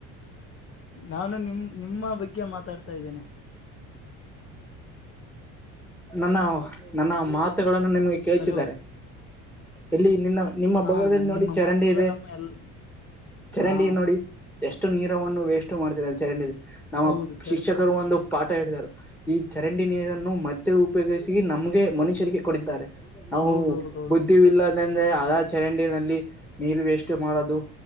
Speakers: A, on the left; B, in the centre.
A: ನಾನು ನಿಮ್ ನಿಮ್ಮ ಬಗ್ಗೆ ಮಾತಾಡ್ತಾ ಇದ್ದೇನೆ.
B: ನನ್ನ ನನ್ನ ಮಾತುಗಳನ್ನು ನಿಮ್ಗೆ ಕೇಳ್ತಿದ್ದಾರೆ
A: ಅಲೋ
B: ಇಲ್ಲಿ ನಿನ್ನ ನಿಮ್ಮ
A: ಹಾ
B: ಭಾಗದಲ್ಲಿ
A: ನನ್
B: ನೋಡಿ
A: ನಿಮ್ಮ
B: ಚರಂಡಿ
A: ಮಾತುಗಳು
B: ಇದೆ
A: ನಮ್ಮ ಎಲ್
B: ಚರಂಡಿ
A: ಹಾ
B: ನೋಡಿ. ಎಷ್ಟು ನೀರವನ್ನು ವೇಸ್ಟ್ ಮಾಡ್ತಾರೆ ಚರಂಡಿ ನಮ್ಮ
A: ಹೌದು ಚರಂಗ್
B: ಶಿಕ್ಷಕರು ಒಂದು ಪಾಠ ಹೇತಿದರು ಈ ಚರಂಡಿ ನೀರನ್ನು ಮತ್ತೆ ಉಪಯೋಗಿಸಿ ನಮ್ಗೆ ಮನುಷ್ಯರಿಗೆ ಕೊಡಿದ್ದಾರೆ. ನಾವು
A: ಹೌದೌದೌದು
B: ಬುದ್ಧಿವಿಲ್ಲದಂದ್ರೆ ಅದ ಚರಂಡಿಿನಲ್ಲಿ ನೀರ್ ವೇಸ್ಟ್ ಮಾಡೋದು.